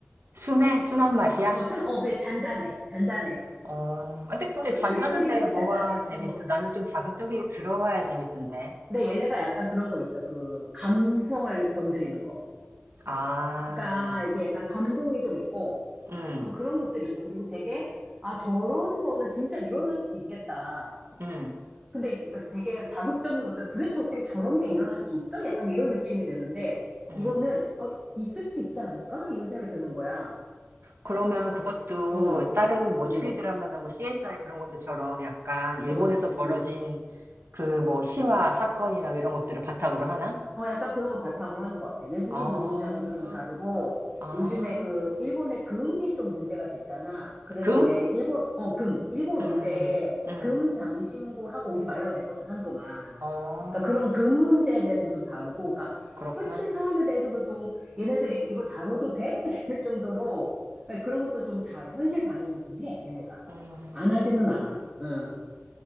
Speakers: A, on the right (about 70°); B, on the right (about 20°).
A: 순해? 순한 맛이야?
B: 어, 쓴, 어, 그래, 잔잔해. 잔잔해.
A: 어. 아, 근데 근데
B: 그
A: 잔잔한데
B: 추리물인데
A: 뭐가
B: 잔잔해.
A: 재밌어?
B: 어.
A: 나는 좀 자극적이게 들어가야 재밌던데.
B: 근데 얘네가 약간 그런 거 있어. 그 감성을 건드리는 거.
A: 아.
B: 그러니까 이게 약간 감동이 좀 있고
A: 음,
B: 좀 그런 것들이 있어. 그리고 되게 아, 저런 거는 진짜 일어날 수도 있겠다.
A: 음,
B: 근데 그 되게 자극적인 것은 도대체 어떻게 저런 게 일어날 수 있어? 약간 이런 느낌이 드는데
A: 음.
B: 이거는 어, 있을 수 있지 않을까? 이런 생각이 드는 거야.
A: 그러면 그것도
B: 응,
A: 다른 뭐
B: 응,
A: 추리 드라마나 뭐 CSI 그런 것들처럼 약간 일본에서
B: 응,
A: 벌어진
B: 응.
A: 그 뭐 실화 사건이나 이런 것들을 바탕으로 하나?
B: 어, 약간 그런 거 바탕으로 하는 것 같아. 외국인
A: 아,
B: 노동자들도 좀 다르고
A: 아,
B: 요즘에 그 일본의 금이 좀 문제가 됐잖아. 그래서
A: 금?
B: 왜 일본 어, 금 일본
A: 음,
B: 올 때
A: 음,
B: 금 장신구 하고 오지 말라 그랬거든 한동안.
A: 어,
B: 그러니까 그런 금 문제에 대해서도 좀 다루고, 그러니까
A: 그렇구만.
B: 현실 사안에 대해서도 좀 얘네들 이렇게 이거 다뤄도 돼? <laughs> 이럴 정도로 그러니까 그런 것도 좀 다뤄. 현실 반영을 좀 해, 얘네가.
A: 음.
B: 안 하지는 않아. 응.